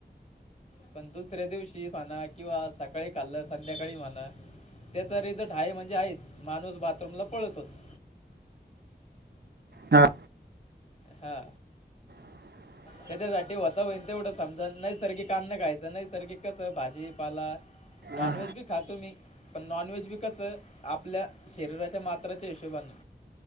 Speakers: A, on the left (about 40°); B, on the right (about 70°).
A: पण दुसऱ्या दिवशी म्हणा किंवा सकाळी खाल्लं संध्याकाळी म्हणा त्याचा रिझल्ट आहे म्हणजे आहेच. माणूस बाथरूमला पळतोच.
B: हा.
A: हा.
B: <inaudible>
A: त्याच्यासाठी होता होईन तेवढं समजा. नैसर्गिक अन्न खायचं नैसर्गिक कस भाजीपाला नॉनवेज
B: हां
A: बी खातो मी. पण नॉनव्हेज बी कसं आपल्या शरीराच्या मात्राच्या हिशोबाने.